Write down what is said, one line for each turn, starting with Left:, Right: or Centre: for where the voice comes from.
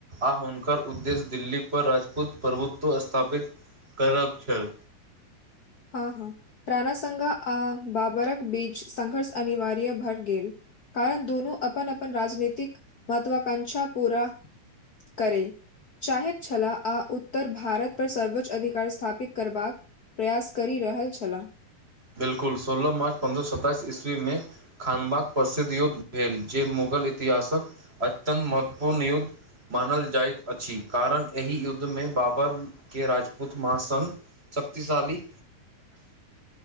Right: आ हुनक उद्देश्य दिल्ली पर राजपूत प्रभुत्व स्थापित करब छै
Left: हँ हँ रणा सघा आ बाबरकऽ बीच संघर्ष अनिवार्य भर गेल कारण दोनू अपन अपन राजनीतिक महत्वाकांषा पूरा करै। चाहैत छला आ उत्तर भारत पर सर्वोच्च अधिकार स्थापित करबाक प्रयास करि रहल छै
Right: बिल्कूल सोलह मार्च पन्द्रह सए सत्तइस ईस्वीमे खानबाक प्रसिद्ध युद्ध भेल जे मुगल इतिहासकऽ अत्यन्त महत्वपूर्ण युद्ध मानल जाइत अछि कारण एहि युद्ध मे बावर के राजपूत महासङघ शक्तिशाली।